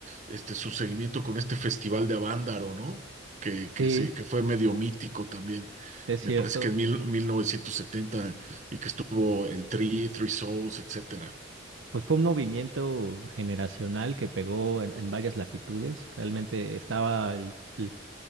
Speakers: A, on the right; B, on the right.
A: este, su seguimiento con este festival de Avándaro, ¿no? Que,
B: sí,
A: que, se- que fue medio mítico también.
B: es
A: Me
B: cierto.
A: parece que en mil, 1970 y que estuvo el Tri, Three Souls, etcétera.
B: Pues fue un movimiento generacional que pegó en, en varias latitudes. Realmente estaba el, el